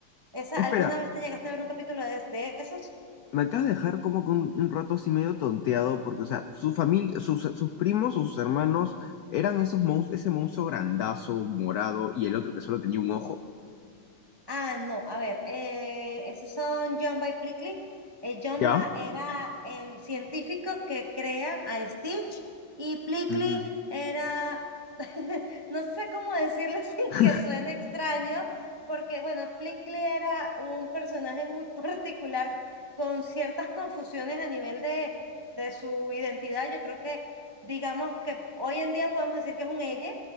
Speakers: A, on the right; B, on the left.
A: ¿Esa,
B: espera,
A: alguna vez te llegaste a ver un capítulo de, de esos?
B: Me acabas de dejar como que un, un rato así medio tonteado, porque, o sea, su familia, sus, sus primos o sus hermanos eran esos monstruos, ese monstruo grandazo, morado, y el otro que solo tenía un ojo.
A: Ah, no, a ver, eh, esos son Jumba y Plickly. Eh, Jumba
B: ¿Ya?
A: era el científico que crea a Stitch y Plickly
B: Ujú.
A: era, <laughs> no sé cómo decirlo <laughs> sin
B: <laughs>
A: que suene extraño, porque bueno, Plickly era un personaje muy <laughs> particular con ciertas confusiones a nivel de, de su identidad. Yo creo que, digamos que hoy en día podemos decir que es un elle.